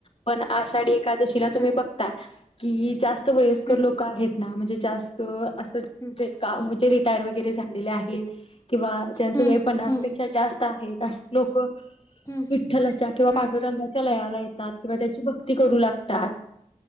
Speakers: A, on the left (about 40°); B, on the left (about 25°).
A: पण आषाढी एकादशीला तुम्ही
B: हम्म
A: बघताय की जास् वयस्कर
B: हम्म
A: लोक आहेत ना म्हणजे जास्त अस
B: हम्म
A: का म्हणजे रिटाय व घरी झालेलं आहेत किंवा ज्यांच
B: हम्म
A: वय पन्नासपेक्षा जास्त आहेत अशे लोक
B: हम्म
A: विठ्ठलाच्या किंवा
B: हम्म
A: पाडुरंगाच्या लयाला येतात किंवा त्याची भ क्ती करू लागतात